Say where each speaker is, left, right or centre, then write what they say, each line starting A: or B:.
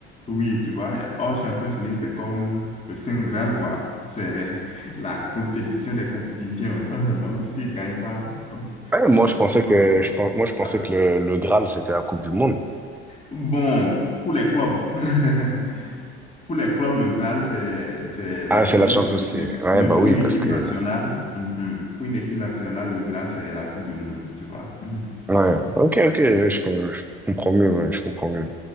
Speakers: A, on the left; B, in the centre.
A: Oui, tu vois, hors Champions League, c'est comme le Saint Graal, quoi. C'est <laughs> la compétition des compétitions. <laughs> Donc, si tu gagnes ça,
B: Ouais, moi,
A: c'est
B: je pensais
A: vraiment...
B: que, je, pen- moi, je pensais
A: là.
B: que le, le Graal, c'était la Coupe du Monde.
A: Bon, pour les clubs, <laughs> pour les clubs, le Graal, c'est c'est la
B: Ah, c'est
A: Champions
B: la Champions
A: League.
B: League.
A: Mais,
B: Ouais,
A: mais
B: bah
A: pour
B: oui,
A: une équipe
B: parce que,
A: nationale, mhm, pour une équipe nationale, le Graal, c'est la Coupe du Monde, tu vois. <laughs>
B: ouais.
A: C'est-
B: Ok, ok,
A: c'est-
B: je, com- je comprends mieux, ouais, je comprends mieux.